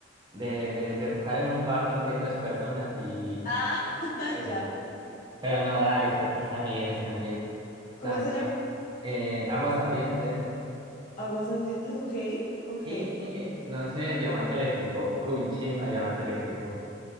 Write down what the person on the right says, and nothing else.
de, de, de tocar en un bar donde hay tres personas y
ah, eso.
Pero no, dale, está, está bien, está bien.
También
eh, Aguas Ardientes.
Y no sé, Diamante Eléctrico. Uy, chimba, Diamante Eléctrico.